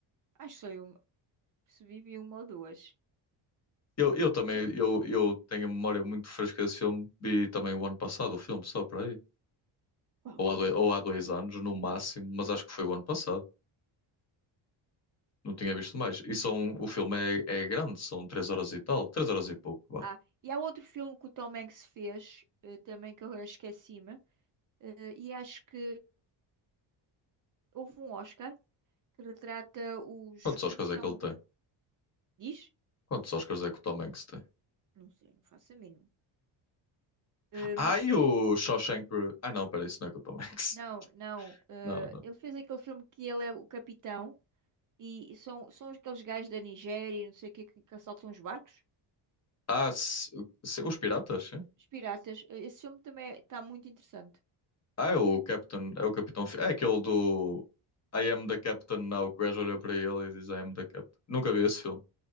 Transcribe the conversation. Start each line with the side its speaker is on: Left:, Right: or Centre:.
Right: acho que foi uma, percebi, vi uma ou duas.
Left: Eu, eu também,
Right: O so-
Left: eu, eu tenho a memória muito fresca desse filme. Vi também o ano passado o filme, só para aí.
Right: Qual?
Left: Ou há dois,
Right: é?
Left: ou
Right: O-
Left: há dois anos, no máximo, mas acho que foi o ano passado. Não tinha visto mais. E são, o filme é, é grande, são três horas e tal. Três horas e pouco, vá.
Right: Ah, e há outro filme que o Tom Hanks fez, eh, também que eu agora esqueci-me, eh, e acho que houve um Oscar que retrata os.
Left: Quantos
Right: Como
Left: Oscars
Right: é que se
Left: é
Right: chama?
Left: que ele tem?
Right: Diz?
Left: Quantos Oscars é que o Tom Hanks tem?
Right: Não sei, não faço a mínima. Eh,
Left: Ah,
Right: mas sei
Left: e o Shawshank... Re- Ah, não, peraí, isso não é com o Tom Hanks.
Right: Não,
Left: <laughs>
Right: não. eh,
Left: Não, não.
Right: ele fez aquele filme que ele é o capitão e são, são aqueles gajos da Nigéria e não sei o quê que, que assaltam os barcos,
Left: Ah, se- se- os Piratas, sim.
Right: os piratas. Eh, Esse filme também está muito interessante.
Left: Ah, é o Captain, é o Capitão... Fi- É aquele do... I am the Captain now, que o gajo olha para ele e diz I am the Captain. Nunca vi esse filme.